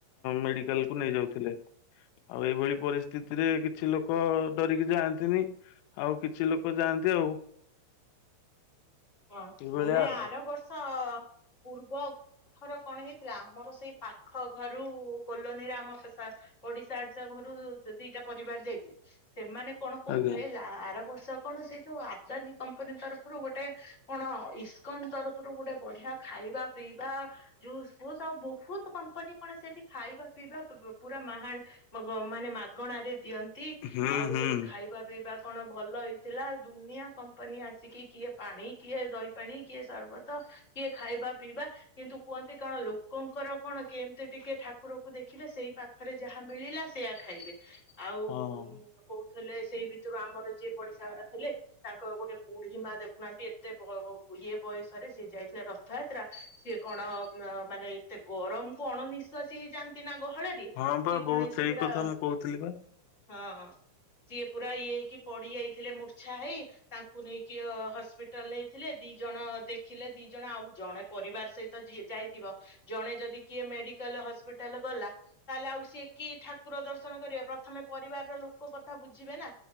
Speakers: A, on the left (about 85°); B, on the left (about 30°).
A: ମେଡିକାଲ କୁ ନେଇଯାଉଥିଲେ ଆଉ ଏଇଭଳି ପରିସ୍ଥିତିରେ କିଛି ଲୋକ ଡରିକି ଯାଆନ୍ତିନି ଆଉ କିଛି ଲୋକ ଯାଆନ୍ତି ଆଉ
B: ହଁ ଆଚ୍ଛା
A: ଏଇଭଳିଆ
B: ନାଇଁ
A: ଆଉ
B: ଆର ବର୍ଷ ପୂର୍ବ ଘ ଫରଅପ କଣ ହେଇଥିଲା ଆମର ସେଇ ପା ପାଖ ଘରୁ କୋଲୋନୀର ଆମ ଓଡିଶା ଆଡିଶା ଘରୁ ଦିଟା ପରିବାର ଯାଇଥିଲେ ସେମାନେ କଣ କହୁଥିଲେ
A: ଆଜ୍ଞା
B: ଆର ବର୍ଷ କଣ ସେ ଯୋଉ ଆଦାନୀ କମ୍ପାନୀ ତରଫରୁ ଗୋଟେ କଣ ଇସ୍କନ ତରଫରୁ ଗୋଟେ ବଢିଆ ଖାଇବା ପିଇବା ଯଉ ହ ଆଉ ବହୁତ କମ୍ପାନୀ କଣ ସେଠି ଖାଇବା ପିଇବା ପୁରା ମହା ମାନେ ମାଗଣାରେ ଦିଅନ୍ତି। ଵି
A: ହୁଁ
B: ଆଉ
A: ହୁଁ।
B: ସେଠି ଖାଇବା ପିଇବା କଣ ଭଲ ହେଇଥିଲା ଦୁନିଆ କମ୍ପାନୀ ଆସିକି କିଏ ପାଣି କିଏ ଦହିପାଣି କିଏ ସରବତ କିଏ ଖାଇବା ପିଇବା କିନ୍ତୁ କୁହନ୍ତି କଣ ଲୋକଙ୍କର କଣ କେମିତି ଟିକେ ଠାକୁରକୁ ଦେଖିବେ ସେଇ ପାଖରେ ଯାହା ମିଳିଲା ସେଆ ଖାଇବେ। ଆଉ
A: ହଁ।
B: କହୁଥିଲେ ସେଇ ଭିତରୁ ଆମର ଯିଏ ପଡିଶା ଘର ଥିଲେ ତାଙ୍କ ଗୋଟେ ବୁଢୀ ମା ଦେଖୁନାହାନ୍ତି ଏତେ ଇଏ ବୟସରେ ସିଏ ଯାଇଥିଲା ରଥଯାତ୍ରା ସିଏ କଣ ମାନେ ଏତେ ଗରମ କୁ ଅଣନିଶ୍ଵାସୀ ହେଇଯାଆନ୍ତି ନା ଗହଳରେ
A: ହଁ
B: ସିଏ
A: ବା
B: କଣ
A: ବୋତ
B: ହେଇଛି
A: ସେଇ
B: ପୁରା
A: କଥା ମୁଁ କହୁଥିଲି ବା
B: ହଁ ସିଏ ପୁରା ଇଏ ହେଇକି ପଡି ଯାଇଥିଲେ ମୂର୍ଚଛା ହେଇ ତାଙ୍କୁ ନେଇକି ହସ୍ପିଟା ହଟାଲ ନେଇଥିଲେ ଦି ଜଣ ଦେଖିଲେ ଦି ଜଣ ଆଉ ଜଣେ ପରିବାର ସହିତଏ ଯାଇଥିବ ଜଣେ ଯଦି କିଏ ମେଡିକାଲ ହସ୍ପିଟାଲ ଗଲା ତାହେଲେ ଆଉ ସିଏ କି ଠାକୁର ଦର୍ଶନ କରିବା ପ୍ରଥମେ ପରିବାରର ଲୋକ କଥା ବୁଝିବେ ନା